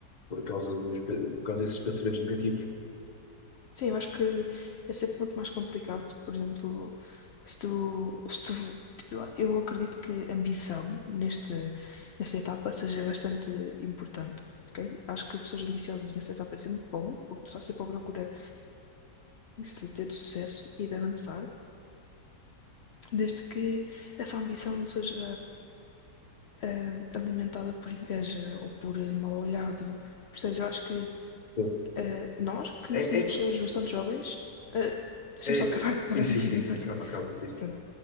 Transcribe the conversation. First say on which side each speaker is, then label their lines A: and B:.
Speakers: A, on the left (about 30°); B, on the left (about 60°).
A: por causa dos, pe- por causa desses pensamentos negativos.
B: Sim, eu acho que é sempre muito mais complicado, por exemplo, se tu, se tu tipo, eu eu acredito que ambição neste, nesta etapa seja bastante importante. ok? Acho que pessoas ambiciosas nesta etapa é sempre bom, porque tu estás sempre à procura de ter de sucesso e de avançar, desde que essa ambição não seja ah, alimentada por inveja ou por eh, mal olhado. Percebes? Eu acho que
A: Sim.
B: ah, nós, que ainda
A: É,
B: somos
A: é,
B: pessoas bastante jovens, ah, deixa-me
A: é,
B: só acabar
A: sim,
B: <laughs> o raciocínio,
A: sim, sim, sim,
B: pode
A: acaba,
B: ser?
A: acaba, sim.
B: Pronto.